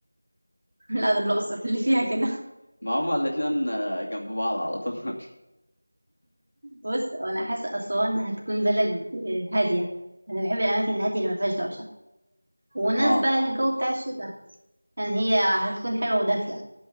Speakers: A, on the right (about 50°); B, on the left (about 55°).
A: <laughs> لا ده الأقصر اللي فيها كده
B: ما هما الاتنين آه، جنب بعض على طول <laughs>
A: بص وأنا حاسة أسوان هتكون بلد هادية أنا بحب الأماكن الهادية اللي ما فيهاش دوشة ومناسبة
B: اه
A: للجو بتاع الشتاء يعني هي هتكون حلوة ودافية